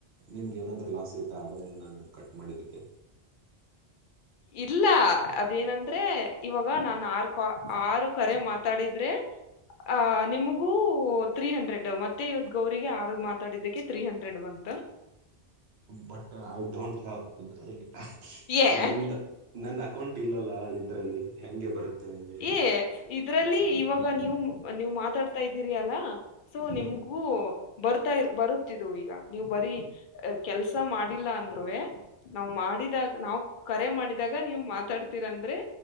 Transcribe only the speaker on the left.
ಇಲ್ಲ ಅದೇನಂದ್ರೆ ಇವಾಗ ನಾನ್ ಆರ್ ಕ ಆರು ಕರೆ ಮಾತಾಡಿದ್ರೆ ಆ ನಿಮಗೂ ತ್ರೀ ಹಂಡ್ರೆಡ್ ಮತ್ತೆ ಇವತ್ ಗೌರಿಗೆ ಆರುಗ್ ಮಾತಾಡಿದ್ದಕ್ಕೆ ತ್ರೀ ಹಂಡ್ರೆಡ್ ಬಂತ
ಏ
ಏ ಇದ್ರಲ್ಲಿ ಇವಾಗ ನೀವು ನೀವು ಮಾತಾಡ್ತಾ ಇದ್ದೀರಿ ಅಲ್ಲ ಸೊ
ನಿಮ್ಗೂ ಬರ್ತಾ ಬರುತ್ತಿದು ಈಗ ನೀವು ಬರೀ ಕೆಲ್ಸ ಮಾಡಿಲ್ಲ ಅಂದ್ರುವೆ ನಾವ್ ಮಾಡಿದಾಗ ನಾವ್ ಕರೆ ಮಾಡಿದಾಗ ನೀವ್ ಮಾತಾಡ್ತಿರಂದ್ರೆ